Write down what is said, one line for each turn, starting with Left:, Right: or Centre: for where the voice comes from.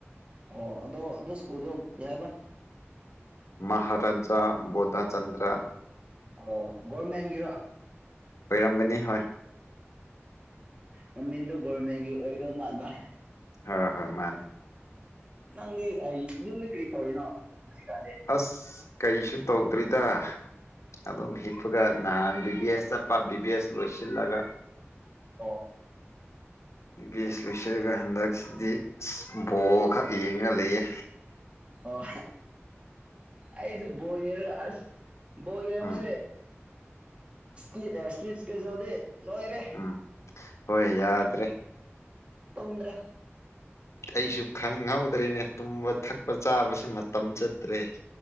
Right: ꯑꯣ ꯑꯗꯣ ꯑꯗꯨ ꯁ꯭ꯀꯨꯜꯗꯣ ꯀꯩ ꯍꯥꯏꯕ
Left: ꯃꯍꯥꯔꯥꯖꯥ ꯕꯣꯙꯥꯆꯟꯗ꯭ꯔ
Right: ꯑꯣ ꯒꯧꯃꯦ ꯍꯒꯤꯔ
Left: ꯑꯣꯏꯔꯝꯒꯅꯤ ꯍ
Right: ꯅꯃꯤꯗꯨ ꯣꯜꯃꯒꯤ ꯑꯣꯏꯗꯣ ꯃꯥꯕ
Left: ꯍꯣꯏ ꯍꯣꯏ ꯃꯥꯅꯦ
Right: ꯅꯪ ꯏꯂ ꯀꯔꯤ ꯀꯣꯅꯣ ꯅꯨꯡꯁꯤꯀꯗꯦ
Left: ꯑꯁ ꯀꯩꯁꯨ ꯇꯧꯗ꯭ꯔꯤꯗ ꯑꯗꯨꯝ ꯍꯤꯞꯄꯒ ꯅꯍꯥꯟ ꯕꯤ ꯚꯕꯤ ꯑꯦꯁ ꯆꯠꯄ ꯕꯤ ꯚꯕꯤ ꯑꯦꯁ ꯂꯣꯏꯁꯤꯜꯂꯒ
Right: ꯑꯣ
Left: ꯕꯦꯁ ꯂꯣꯏꯁꯤꯜꯂꯒ ꯍꯟꯗꯛꯁꯤꯗꯤ ꯕꯣꯜ ꯈꯛ ꯌꯦꯡꯉ ꯂꯩꯌꯦ
Right: ꯑꯣ ꯑꯩꯁꯨ ꯣꯔ ꯑꯁ ꯌꯥ
Left: ꯎꯝ
Right: ꯃꯁꯦ ꯁꯞꯁ ꯀꯦꯖꯗꯦ ꯂꯣꯏꯣꯏꯔꯦ
Left: ꯎꯝ ꯍꯣꯏ ꯌꯥꯗ꯭ꯔꯦ
Right: ꯇꯨꯝꯗꯔꯦ
Left: ꯑꯩꯁꯨ ꯈꯪꯍꯧꯗ꯭ꯔꯦꯅꯦ ꯇꯨꯝꯕ ꯊꯛꯄ ꯆꯥꯕꯕꯁꯤ ꯃꯇꯝ ꯆꯠꯇ꯭ꯔꯦ